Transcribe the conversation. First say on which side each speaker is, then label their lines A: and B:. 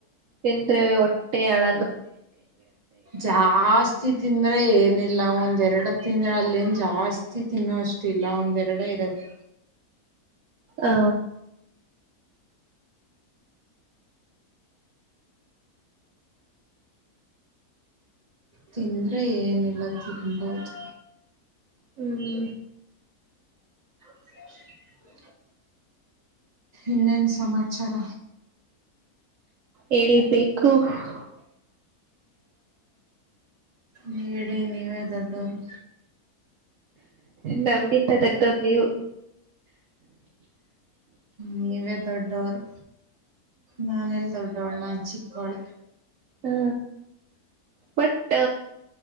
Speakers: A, on the right (about 60°); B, on the right (about 25°).
A: ತಿಂದ್ರೆ ಹೊಟ್ಟೆ ಅಳಗ
B: ಜಾಸ್ತಿ ತಿಂದ್ರೆ ಏನಿಲ್ಲ ಒಂದೆರೆಡು ತಿಂದ್ರೆ ಅಲ್ಲಿ ಜಾಸ್ತಿ ತಿನ್ನೋ ಅಷ್ಟ ಇಲ್ಲ ಒಂದೆರಡ ಇರದು.
A: ಹ
B: ತಿಂದ್ರೆ ಏನಿಲ್ಲ ತಿನ್ನಬೋದು
A: ಹ್ಮ್
B: <inaudible> ಇನ್ನೆನ ಸಮಾಚಾರ
A: ಹೆಕ್ಬೇಕು ಸಕ್ಕು
B: ಹೇಳಿ ನೀವೇ ದೊಡ್ಡರು.
A: ನಮ್ಗಿಂತ ದೊಡ್ಡೋರು ನೀವು
B: ನೀವೇ ದೊಡ್ಡವರು. ನಾನ ಎಲ್ಲ ದೊಡ್ಡವಳು ದೊಡ್ಡವಳ ನಾ ಚಿಕ್ಕವಳ
A: ಹಾ ಬಟ್